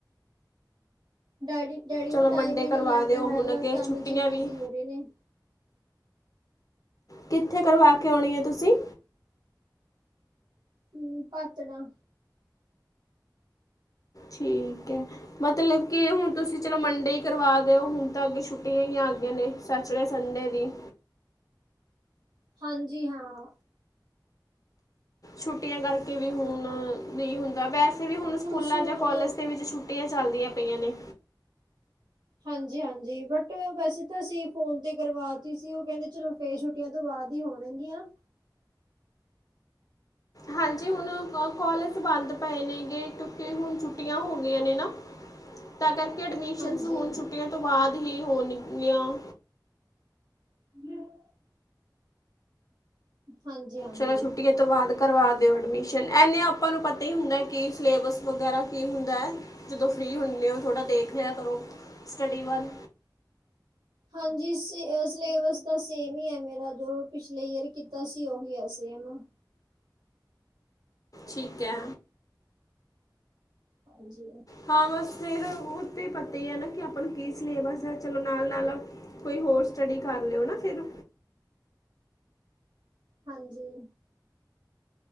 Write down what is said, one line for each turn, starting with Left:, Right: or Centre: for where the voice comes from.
Right: ਡੈਡੀ-ਡੈਡੀ
Left: ਚਲੋ
Right: ਨੂੰ ਟਾਈਮ
Left: ਮੰਡੇ
Right: ਹੀ
Left: ਕਰਵਾ
Right: ਨਹੀਂ ਲੱਗਦਾ
Left: ਦਿਓ
Right: ਹੈਗਾ
Left: ਹੁਣ ਅੱਗੇ
Right: ਕੰਮ
Left: ਛੁੱਟੀਆਂ
Right: ਚ ਬਿਜ਼ੀ
Left: ਵੀ
Right: ਹੋ ਰਹੇ ਨੇ
Left: ਕਿੱਥੇ ਕਰਵਾ ਕੇ ਆਉਣੀ ਹੈ ਤੁਸੀਂ
Right: ਹੂਂ ਪਾਤਣਾ
Left: ਠੀਕ ਐ ਮਤਲਬ ਕਿ ਹੁਣ ਤੁਸੀਂ ਚਲੋ ਮੰਡੇ ਈ ਕਰਵਾ ਦਿਓ ਹੁਣ ਤਾਂ ਅੱਗੇ ਛੁੱਟੀਆਂ ਈ ਆ ਗਈਆਂ ਨੇ ਸੈਚਰਡੇ ਸੰਡੇ ਨੀ
Right: ਹਾਂਜੀ ਹਾਂ
Left: ਛੁੱਟੀਆਂ ਕਰਕੇ ਵੀ ਹੁਣ ਨਹੀਂ ਹੁੰਦਾ ਵੈਸੇ ਵੀ ਹੁਣ
Right: ਕੁਛ
Left: ਸਕੂਲਾਂ
Right: ਹੁਣ
Left: ਜਾਂ ਕੋਾਲਜ ਦੇ ਵਿੱਚ ਛੁੱ ਛੁੱਟੀਆਂ ਚੱਲਦੀਆਂ ਪਈਆਂ ਨੇ
Right: ਹਾਂਜੀ-ਹਾਂਜੀ ਬਟ ਵੈਸੇ ਤਾਂ ਅਸੀਂ ਫੋਨ ਤੇ ਕਰਵਾਤੀ ਸੀ ਓਹ ਕੈਹਂਦੇ ਚਲੋ ਫੇਰ ਛੁੱਟੀਆਂ ਤੋਂ ਬਾਦ ਹੀ ਹੋਣਗੀਆਂ
Left: ਹਾਂਜੀ ਹੁਣ ਕੋਲਜ ਬੰਦ ਪਏ ਨੇ ਗੇ ਕਿਉਂਕਿ ਹੁਣ ਛੁੱਟੀਆਂ ਹੋ ਗਈਆਂ ਨੇ ਨਾ
Right: <inaudible>
Left: ਤਾਂ ਕਰਕੇ ਐਡਮਿਸ਼ਨਸ
Right: ਹਾਂਜੀ,
Left: ਹੁਣ ਛੁੱਟੀਆਂ ਤੋਂ ਬਾਦ ਹੀ ਹੋਣਗੀਆਂ
Right: <inaudible> ਹਾਂਜੀ-ਹਾਂਜੀ।
Left: ਚਲੋ ਛੁੱਟੀ ਐ ਤੋਂ ਬਾਦ ਕਰਵਾ ਦਿਓ ਐਡਮਿਸ਼ਨ ਐਨੇ ਆਪਾਂ ਨੂੰ ਪਤਾ ਹੀ ਹੁੰਦਾ ਕਿ ਸਿਲੇਬਸ ਵਗੈਰਾ ਕੀ ਹੁੰਦਾ ਹੈ ਜਦੋਂ ਫ੍ਰਰੀ ਹੁੰਨੇ ਓ ਥੋੜ੍ਹਾ ਦੇਖ ਲਿਆ ਕਰੋ ਸਟੱਡੀ ਵੱਲ
Right: ਹਾਂਜੀ ਸ ਸਿਲੇਬਸ ਤਾਂ ਸੇਮ ਈ ਐ ਮੇਰਾ ਜੋ ਪਿਛਲੇ ਈਅਰ ਕੀਤਾ ਸੀ ਓਹੀ ਐ ਸੇਮ
Left: ਠੀਕ ਹੈ।
Right: ਹਾਂਜੀ।
Left: ਹਾਂ ਬਸ ਫੇਰ ਉਹ ਤੇ ਪਤਾ ਹੀ ਐ ਨਾ ਕਿ ਆਪਾਂ ਨੂੰ ਕੀ ਸਲੇਬਸ ਹੈ ਚਲੋ ਨਾਲ-ਨਾਲ ਕੋਈ ਹੋਰ ਸਟੱਡੀ ਕਰ ਲੇਓ ਨਾ ਫੇਰ
Right: ਹਾਂਜੀ।